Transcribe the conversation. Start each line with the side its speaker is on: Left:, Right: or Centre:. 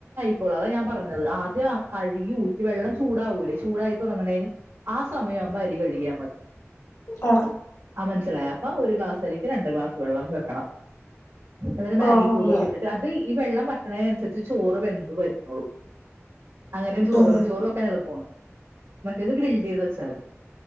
Right: ഇപ്പോൾ അതാ ഞാൻ പറഞ്ഞത് ആദ്യം കഴുകി ഊറ്റി വെള്ളം ചൂടാവൂല്ലേ ചൂടായി തൊടങ്ങ്ന്നേന് ആ സമയം ആവുമ്പ അരി കഴുകിയാ മതി
Left: ആ
Right: ആ മനസ്സിലായ അപ്പ ഒരു ഗ്ലാസ് അരിക്ക് രണ്ട് ഗ്ലാസ് വെള്ളം വെക്കണം ഇന്ന്ട്ട് മാഗി
Left: ആഹ്
Right: ക്യൂബൊക്കെ
Left: അങ്ങനെ
Right: ഇട്ടിട്ട് അത് ഈ ഈ വെള്ളം വറ്റ്ണെനൻസരിച്ച് ചോറ് വെന്ത് വര്ന്നോളും അങ്ങനെ ചോറൊള്ളു
Left: ഉം
Right: ചോറു വെക്കാൻ എളുപ്പാണ് മറ്റേത് ഗ്രിൽ തിയത് വെച്ചാതി